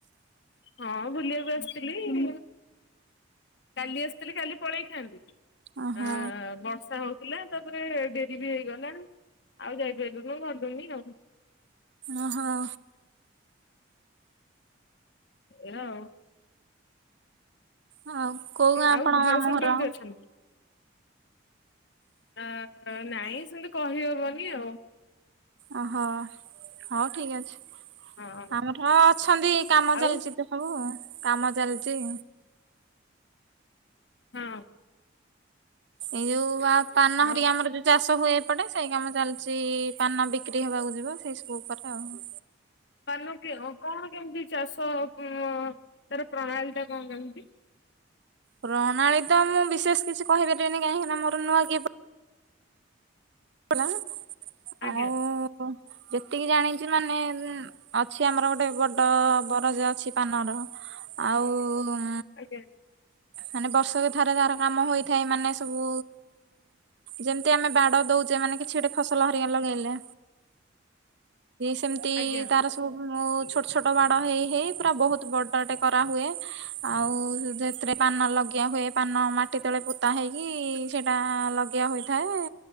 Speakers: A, on the left (about 55°); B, on the right (about 60°).
A: ହଁ ବୁଲିବାକୁ ଆସିଥିଲି କାଲି ଆସିଥିଲି କାଲି ପଳେଇ ଥାଆନ୍ତି।
B: ଓହୋ
A: ଆ ବର୍ଷା ହଉ ଲା ତାପରେ ଡେରି ବି ହେଇଗଲା ଆଉ ଯାଇପାରିଲୁନୁ ଗଲୁନି ଆଉ
B: ଓହୋ।
A: ଏହ।
B: ହ କୋଉ ଗାଁ ଆପଣଙ୍କ
A: ଆଉ ଘରେ
B: ମାମୁଁ
A: ସବୁ
B: ଘର?
A: କେମିତି ଅଛନ୍ତି? ନା ନାଇଁ ସେମିତି କହିହେବନି ଆଉ
B: ଓହୋ ହଉ ଠିକ ଅଛି
A: ହଁ
B: ଆମର ଅଛନ୍ତି କାମ
A: ଆଉ
B: ଚାଲିଛି। ଏ ସବୁ କାମ ଚାଲିଛି।
A: ହୁଁ।
B: ଏଇ ଯୋଉ ଆ ପାନ
A: ଆଉ
B: ହେରିକା ଆମର ଯୋଉ ଚାଷ ହୁଏ। ଏପଟେ ସେଇ କାମ ଚାଲିଛି ପାନ ବିକ୍ରି ହବାକୁ ଯିବା ସେଇ ସବୁ ଉପରେ ଆଉ
A: ପାନ କଣ କେମିତି ଚାଷ ତାର ପ୍ରଣାଳୀଟା କଣ କେମିତି?
B: ପ୍ରଣାଳୀ ତ ମୁଁ ବିଶେଷ କିଛି କହିପାରିବିନି କାହିଁକି ନା ମୋର ନୂଆ କି ଲା
A: ଆଜ୍ଞା
B: ଆଉ ଯେତିକି ଜାଣିଛି ମାନେ ଅଛି ଆମର ଗୋଟେ ବଡ ବରଜ ଅଛି ପାନର ଆଉ
A: ଆଜ୍ଞା।
B: ମାନେ ବର୍ଷକ ଥରେ ତାର କାମ ହୋଇଥାଏ ମାନେ ସବୁ ଯେମିତି ଆମେ ବାଡ ଦଉ ଯେ ମାନେ କିଛି ଗୋଟେ ଫସଲ ହରିଆ ଲଗେଇଲେ ସେମିତି
A: ଆଜ୍ଞା
B: ତାର ତୁ ମୁଁ ଛୋଟ ଛୋଟ ବାଡ଼ ହେଇ ହେଇ ପୁରା ବହୁତ ବାଡଟେ କରାହୁଏ। ଆଉ ଯେ ସେଥିରେ ପାନ ଲଗିଆ ହୁଏ ପାନ ମାଟି ତଳେ ପୋତା ହେଇକି ସେଇଟା ଲଗିଆ ହୋଇଥାଏ।